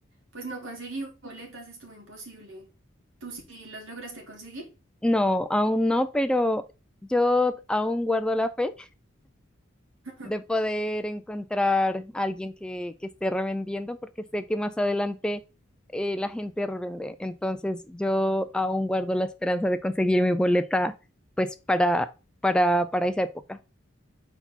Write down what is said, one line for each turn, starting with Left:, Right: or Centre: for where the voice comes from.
Right: pues no conseguí boletas, estuvo imposible. ¿Tú sí los lograste conseguir?
Centre: No, aún no, pero yo aún guardo la fe
Right: <laughs>
Centre: de poder encontrar a alguien que, que esté revendiendo, porque sé que más adelante eh, la gente revende. Entonces, yo aún guardo la esperanza de conseguir mi boleta, pues, para, para, para esa época.